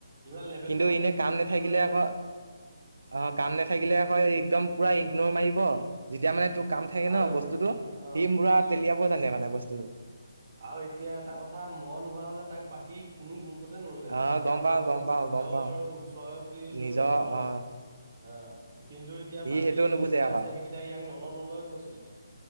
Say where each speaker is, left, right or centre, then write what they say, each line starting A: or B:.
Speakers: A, on the right; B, on the right.
A: ইমান লেভেলটো
B: কিন্তু
A: মানে
B: এনে
A: কিহত
B: কাম নাথাকিলে
A: লৈ দেখায়।
B: আকৌ অ', কাম নাথাকিলে আকৌ একদম পুৰা ইগনৰ
A: আহ
B: মাৰিব। যেতিয়া মানে তোৰ কাম থাকে
A: আৰু
B: ন বস্তুটো,
A: অ
B: সি পুৰা তেলিয়াব জানে মানে বস্তুটো।
A: আৰু এতিয়া এটা কথা মই নোহোৱা হ'লে তাক বাকী কোনো গ্ৰুপতে নললেহঁতেন
B: অ
A: এতিয়া
B: গম পাও
A: মই
B: গম পাও
A: নিজৰ
B: গম পাও
A: ওচৰৰ বুলি
B: নিজৰ
A: লৈ লওঁ।
B: অ
A: অ', কিন্তু এতিয়া
B: সি
A: বাকী
B: সেইটো নুবুজে
A: যোনকেইটা
B: আকৌ
A: আছে সেইকেইটা ইয়াক নলওঁ-নলওঁ কৈছিলে।